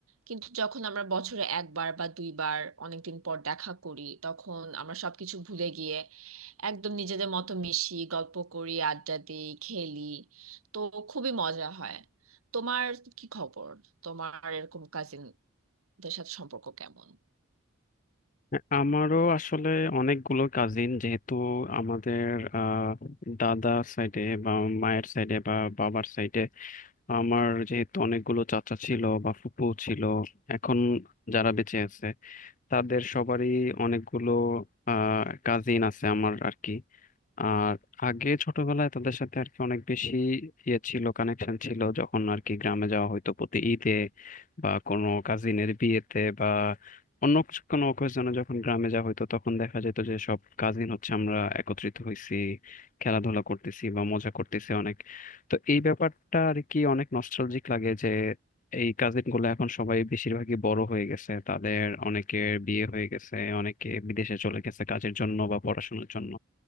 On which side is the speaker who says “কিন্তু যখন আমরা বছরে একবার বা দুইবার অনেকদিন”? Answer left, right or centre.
Right